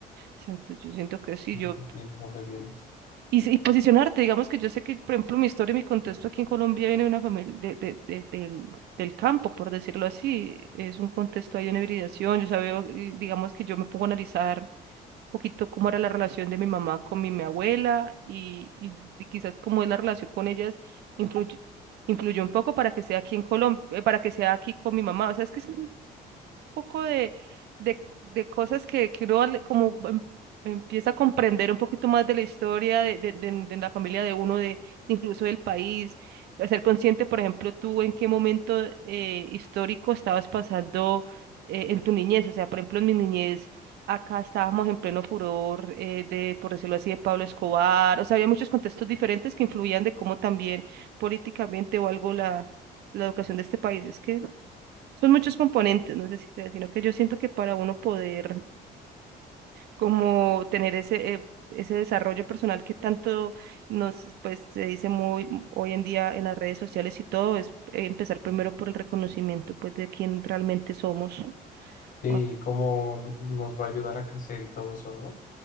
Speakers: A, on the right; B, on the left.
A: Exacto, yo siento que sí,
B: Sí,
A: yo
B: sí, sí, ¿de dónde vienes?
A: y, si- y posicionarte, digamos que yo sé que, por ejemplo, mi historia mi contexto aquí en Colombia viene de una familia de, de- de- del, del campo, por decirlo así. Es un contexto ahí de una hibridación. Yo sabía, eh, digamos que yo me pongo a analizar un poquito cómo era la relación de mi mamá con mi, mi abuela y, y, y quizás cómo es la relación con ellas influye, influyó un poco para que sea aquí en Colombia, para que sea aquí con mi mamá. O sea, es que es, poco de, de, de cosas que, que uno al- como em- empieza a comprender un poquito más de la historia de, de, de- de la familia de uno, de incluso del país, de ser consciente, por ejemplo, tú en qué momento eh, histórico estabas pasando eh, en tu niñez, o sea, por ejemplo, en mi niñez. Acá estábamos en pleno furor eh, de, por decirlo así, de Pablo Escobar. O sea, había muchos contextos diferentes que influían de cómo también políticamente o algo la, la educación de este país. Es que son muchos componentes, no sé si creas, sino que yo siento que para uno poder como tener ese, eh, ese desarrollo personal que tanto nos, pues, se dice muy hoy en día en las redes sociales y todo, es eh, empezar primero por el reconocimiento, pues, de quién realmente somos.
B: y
A: Ah,
B: cómo nos va a ayudar a crecer y todo eso, ¿no?